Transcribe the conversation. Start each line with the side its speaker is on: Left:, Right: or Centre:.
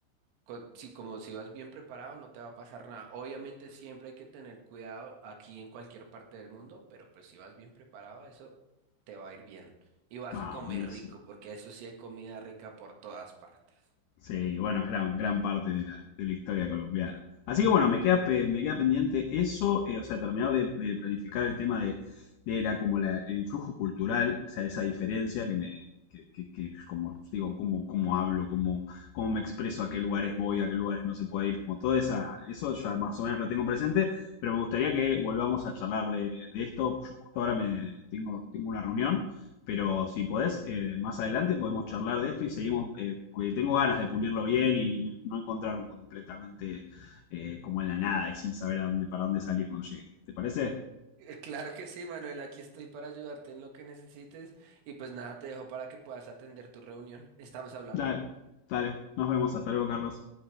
Right: con- si como si vas bien preparado, no te va a pasar nada. Obviamente siempre hay que tener cuidado aquí en cualquier parte del mundo, pero pues si vas bien preparado, eso te va a ir bien. Y vas
Left: Ah,
Right: a comer
Left: buenísimo.
Right: rico, porque eso sí hay comida rica por todas partes.
Left: Sí, bueno, es gran, gran parte de la, de la historia colombiana. Así que bueno, me queda, pe- me queda pendiente eso, eh, o sea, terminar de, de planificar el tema de, de la, como la- el influjo cultural, o sea, esa diferencia que me, que, que- que, como digo, cómo, cómo hablo, cómo, cómo me expreso, a qué lugares voy, a qué lugares no se puede ir, como toda esa, eso ya más o menos lo tengo presente, pero me gustaría que volvamos a charlar de, de esto. Yo justo ahora me tengo, tengo una reunión. Pero si podés, eh, más adelante podemos charlar de esto y seguimos, eh, porque tengo ganas de pulirlo bien y, y no encontrarme completamente eh, como en la nada y sin saber a dónde, para dónde salir cuando llegue. ¿Te parece?
Right: Eh, Claro que sí, Manuel, aquí estoy para ayudarte en lo que necesites. Y pues nada, te dejo para que puedas atender tu reunión. Estamos hablando.
Left: Dale, dale. Nos vemos. Hasta luego, Carlos.